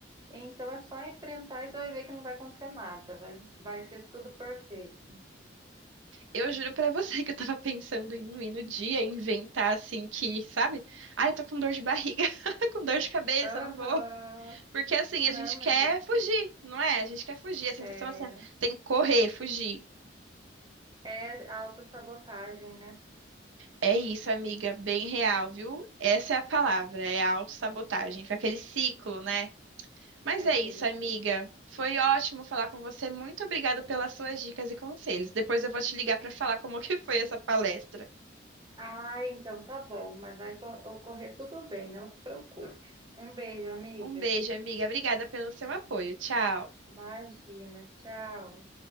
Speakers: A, on the right; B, on the right.
A: Então é só enfrentar e você vai ver que não vai acontecer nada, vai, vai ser tudo perfeito.
B: Eu juro pra você que eu tava pensando em um ir no dia, inventar assim que, sabe? Ah, eu tô com dor de barriga, <laughs> com dor de cabeça,
A: Aham.
B: não vou. Porque assim,
A: Não,
B: a gente
A: mas
B: quer
A: é,
B: fugir, não é? A gente quer fugir, a sensação
A: é,
B: é assim, ó, tem que correr, fugir.
A: é autossabotagem, né?
B: É isso, amiga, bem real, viu? Essa é a palavra, é a autossabotagem, foi aquele ciclo, né? Mas
A: É
B: é
A: que
B: isso,
A: eles
B: amiga.
A: dizem.
B: Foi ótimo falar com você. Muito obrigada pelas suas dicas e conselhos. Depois eu vou te ligar pra falar como <laughs> que foi essa palestra.
A: Ah, então tá bom, mas vai co- ocorrer tudo bem, não se preocupe. Um beijo, amiga.
B: Um beijo, amiga. Obrigada pelo seu apoio. Tchau.
A: Imagina, tchau.